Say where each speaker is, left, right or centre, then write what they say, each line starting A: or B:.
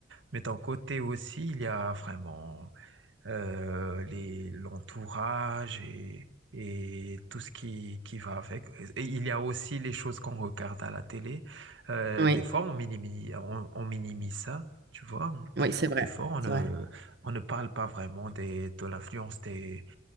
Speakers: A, on the right (about 70°); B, on the right (about 55°).
A: Mais d'un côté aussi, il y a vraiment euh, les, l'entourage et, et tout ce qui, qui va avec. Et il y a aussi les choses qu'on regarde à la télé. Euh,
B: Oui,
A: des fois, on minimise, on, on minimise ça, tu vois.
B: oui, c'est vrai,
A: Des fois, on
B: c'est
A: ne,
B: vrai,
A: on ne parle pas vraiment des, de l'influence des,